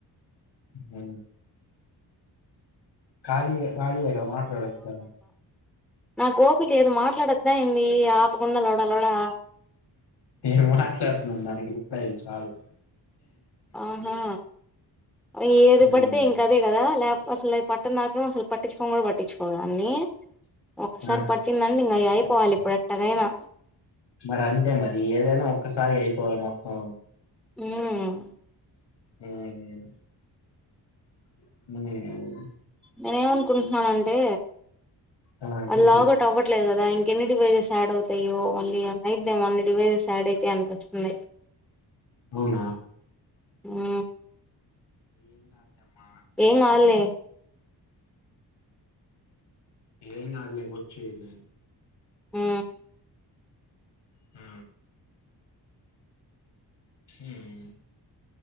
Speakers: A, on the left; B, in the centre.
A: ఇంగేమి ఖాళీగా ఖాళీయేగా మాట్లాడచ్చుగా
B: నా కోపిక లేదు మాట్లాడొద్దా ఏంది ఆపకుండా లోడ లోడా
A: నేను మాట్లాడుతున్నా దానికి రిప్లై ఇవ్వు చాలు
B: ఆహా నువ్వు ఏది
A: ఉమ్.
B: పడితే ఇంక అదే కదా లేకపో అసలు పట్టద్ నాకసలు పట్టిచ్చు <unintelligible> పట్టించుకోవదాన్ని ఒకసారి
A: ఆ,
B: పట్టిందండి ఇంకా అయి అయిపోవాలి ఇప్పుడేట్టాగైనా
A: మరి అంతే మరి ఏదైనా ఒక్కసారి అయిపోవాలి మొత్తం
B: ఉమ్
A: ఇంగేమి <unintelligible>
B: నేనేమనుకుంటున్నానంటే
A: ఆ
B: అది
A: చెప్పు
B: లాగ్ఔట్ అవ్వట్లేదు కదా ఇంకెన్ని డివైసెస్ యాడ్ అవుతాయో మళ్ళీ అయిద్దాం అన్ని డివైసెస్ యాడ్ అయితే అనిపిస్తున్నాయ్.
A: అవునా.
B: ఆ
A: ఏం గా తెమ్మా
B: ఏం గాల్లే
A: ఏం గాదులే బొచ్చు అయిన
B: ఉమ్
A: ఆ ఉమ్